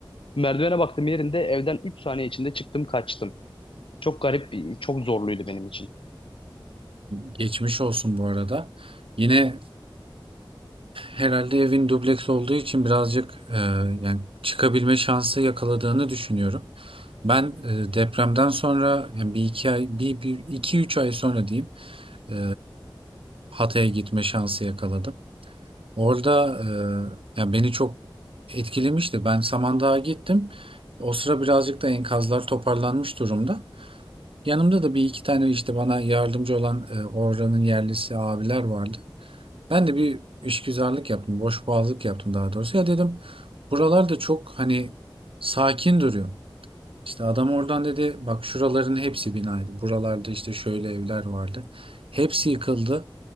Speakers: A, on the left; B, on the right.
A: Merdivene baktım yerinde evden 3 saniye içinde çıktım kaçtım. Çok garip bir, çok zorluydu benim için.
B: Geçmiş olsun bu arada. Yine herhalde evin dubleks olduğu için birazcık e, yani çıkabilme şansı yakaladığını düşünüyorum. Ben e, depremden sonra yani bir iki ay bir, bir iki üç ay sonra diyeyim e, Hatay'a gitme şansı yakaladım. Orada e, yani beni çok etkilemişti. Ben Samandağ'a gittim. O sıra birazcık da enkazlar toparlanmış durumda. Yanımda da bir iki tane işte bana yardımcı olan e, oranın yerlisi abiler vardı. Ben de bir işgüzarlık yaptım, boşboğazlık yaptım daha doğrusu. Ya dedim buralarda çok hani sakin duruyor. İşte adam oradan dedi bak şuraların hepsi binaydı. Buralarda işte şöyle evler vardı. Hepsi yıkıldı.